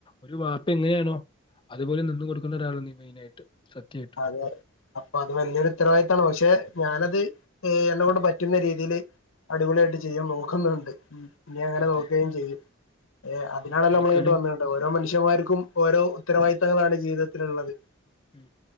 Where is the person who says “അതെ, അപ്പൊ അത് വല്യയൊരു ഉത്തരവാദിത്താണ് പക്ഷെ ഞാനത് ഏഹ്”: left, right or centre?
Left